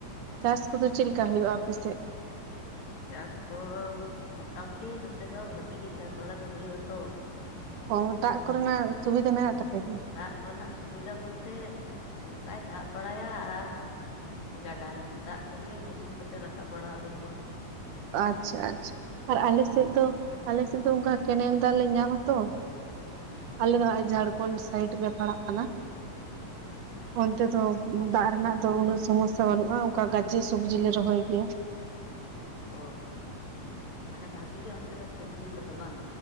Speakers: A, on the right; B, on the left.
A: ᱪᱟᱥ ᱠᱚᱫᱚ ᱪᱮᱫ ᱞᱮᱠᱟ ᱦᱩᱭᱩᱜᱼᱟ ᱟᱯᱮᱥᱮᱫ
B: ᱪᱟᱥ ᱠᱚ ᱢᱚᱴᱟ ᱢᱩᱴᱤ ᱱᱚᱛᱮ ᱫᱚ ᱵᱷᱟᱜᱤ ᱜᱮ ᱪᱟᱥ ᱵᱟᱲᱟ ᱫᱚ ᱦᱩᱭᱩᱜ ᱟᱛᱚ
A: ᱚ ᱫᱟᱜᱽ
B: ᱚᱝ
A: ᱠᱚᱨᱮᱱᱟᱜ ᱥᱩᱵᱤᱫᱷᱟ ᱢᱮᱱᱟᱜ ᱛᱟᱯᱮᱜ ᱜᱮᱭᱟ
B: ᱫᱟᱜ ᱠᱚᱨᱮᱱᱟᱜ ᱥᱩᱵᱤᱫᱷᱟ ᱵᱚᱞᱛᱮ ᱚᱱᱠᱟᱭ ᱫᱟᱜᱽ ᱵᱟᱲᱟᱭᱟ ᱟᱨ ᱜᱟᱰᱟ ᱫᱟᱜᱽ ᱠᱚᱜᱮ ᱢᱮᱥᱤᱱ ᱠᱚᱛᱮ ᱨᱟᱠᱟᱵ ᱵᱟᱲᱟ ᱦᱩᱭᱩᱜᱼᱟ
A: ᱟᱪᱪᱷᱟ ᱟᱪᱪᱷᱟ ᱟᱨ ᱟᱞᱮᱥᱮᱫ ᱫᱚ ᱟᱞᱮᱥᱮᱫ ᱫᱚ ᱚᱱᱠᱟ ᱠᱮᱱᱮᱞ ᱫᱟᱜ ᱞᱮ ᱧᱟᱢᱟ ᱛᱚ
B: ᱦᱩᱸ
A: ᱟᱞᱮ ᱫᱚ ᱦᱟᱜᱟᱭ ᱡᱷᱟᱲᱠᱷᱚᱸᱰ ᱥᱟᱭᱤᱰ ᱞᱮ ᱯᱟᱲᱟᱜ ᱠᱟᱱᱟ
B: ᱦᱩᱸ
A: ᱚᱱᱛᱮ ᱫᱚ ᱫᱟᱜ ᱨᱮᱱᱟᱜ ᱫᱚ ᱩᱱᱟᱹᱜ ᱥᱚᱢᱚᱥᱟ ᱵᱟᱹᱱᱩᱜᱼᱟ ᱚᱱᱠᱟ ᱜᱟᱡᱮ ᱥᱚᱵᱡᱤᱞ ᱞᱮ ᱨᱚᱦᱚᱭ ᱜᱮᱭᱟ
B: ᱚ ᱢᱟᱱᱮ ᱵᱷᱟᱜᱤ ᱜᱮ ᱚᱱᱛᱮ ᱫᱚ ᱥᱚᱵᱡᱤ ᱠᱚᱫᱚ ᱵᱟᱝ